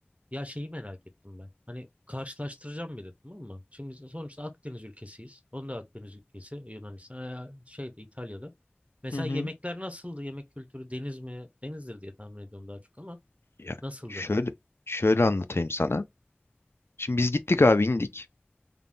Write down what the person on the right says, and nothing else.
ya şeyi merak ettim ben. Hani karşılaştıracağım bir de tamam mı? Şimdi sonuçta Akdeniz ülkesiyiz. Onun da Akdeniz ülkesi Yunanistan ya şeyde İtalya'da. Mesela
yemekler nasıldı? Yemek kültürü deniz mi? Denizdir diye tahmin ediyorum daha çok ama
nasıldı?